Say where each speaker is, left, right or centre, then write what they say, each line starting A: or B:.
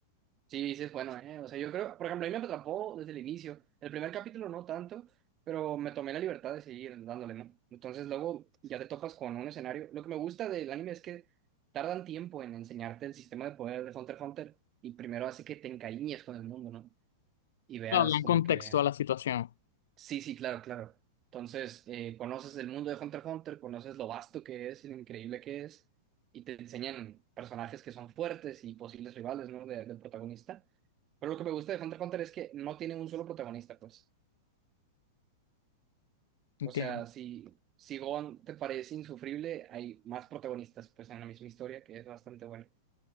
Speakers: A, on the right (about 30°); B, on the left (about 80°).
A: Sí, sí es bueno, ¿eh? O sea, yo creo, por ejemplo, a mí me atrapó desde el inicio. El primer capítulo no tanto, pero me tomé la libertad de seguir dándole, ¿no? Entonces luego ya te topas con un escenario. Lo que me gusta del anime es que tardan tiempo en enseñarte el sistema de poder de Hunter x Hunter y primero hace que te encariñes con el mundo, ¿no? Y veas
B: Para hablar
A: como
B: en contexto
A: que
B: a la situación.
A: Sí, sí, claro, claro. Entonces, eh, conoces el mundo de Hunter x Hunter, conoces lo vasto que es y lo increíble que es, y te enseñan personajes que son fuertes y posibles rivales, ¿no? de- del protagonista. Pero lo que me gusta de Hunter x Hunter es que no tiene un solo protagonista, pues.
B: Entiendo.
A: O sea, si, si Gohan te parece insufrible, hay más protagonistas, pues, en la misma historia, que es bastante bueno.